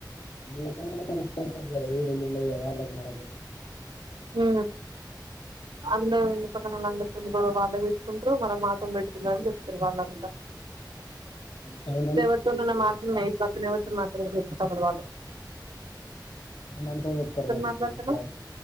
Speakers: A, on the left; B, on the right.
A: భీష్ముడి లో <unintelligible> <unintelligible> వాళ్ళకు మన
B: ఆ అందరు ఇంటి పక్కన వాళ్ళందరి తోను గొడవ వాళ్ళే పెట్టుకుంటరు మన మాత్రం పెట్టుకుంటారు అని చెప్తారు వాళ్ళంతా
A: ఫైవ్
B: ఇప్పుడు
A: మంత్స్
B: ఎవరితోనైనా మారుతుంది పక్కనెవరితోనైన మారుతుందీ తబలవాల్లు
A: మన ఉత్తర్ మాది
B: మాట్లాడతారు
A: ఇలా